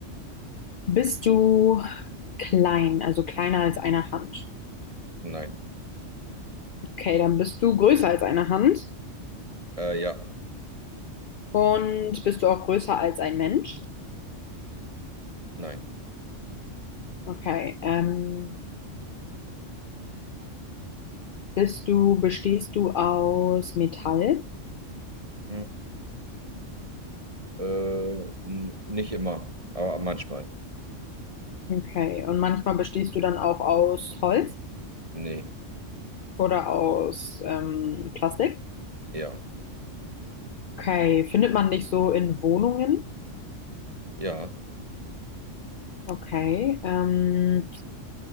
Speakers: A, on the left; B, on the right.
A: bist du klein, also kleiner als eine Hand?
B: Nein,
A: Okay, dann bist du größer als eine Hand
B: äh, ja,
A: und bist du auch größer als ein Mensch?
B: nein.
A: Okay, ähm, bist du, bestehst du aus Metall?
B: Hm, Äh, n- nicht immer, aber manchmal.
A: Okay, und manchmal bestehst du dann auch aus Holz
B: Nee,
A: oder aus ähm, Plastik?
B: ja,
A: Okay, findet man nicht so in Wohnungen?
B: ja,
A: Okay, ähm,